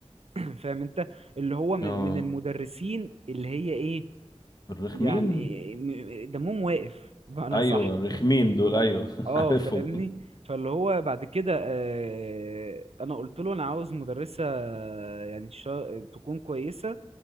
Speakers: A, on the right; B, on the left.
A: <clears throat> فاهم انت اللي هو من
B: اه
A: من المدرسين اللي هي ايه
B: الرخمين
A: يعني م- دمهم واقف بمعنى
B: ايوه
A: صح
B: الرخمين دول ايوه <laughs>
A: اه
B: عارفهم
A: فاهمني فاللي هو بعد كده آه، انا قلت له انا عاوز مدرسه آه، يعني شا- تكون كويسه